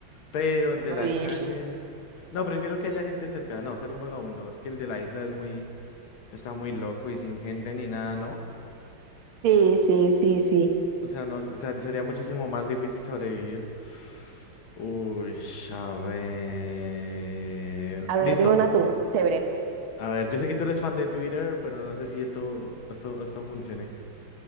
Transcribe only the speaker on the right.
Uy,
sí, sí, sí, sí.
A ver,
dime una tú, chévere.